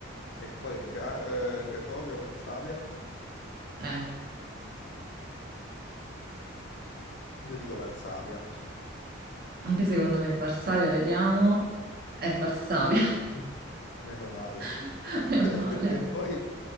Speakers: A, on the left; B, on the right.
A: e qual è? Cra- eh, Cracovia o Varsavia?
B: Eh,
A: Io dico Varsavia.
B: anche secondo me Varsavia, vediamo, è Varsavia,
A: Uh. Meno male.
B: <laughs>
A: <laughs>
B: meno male.
A: Perché poi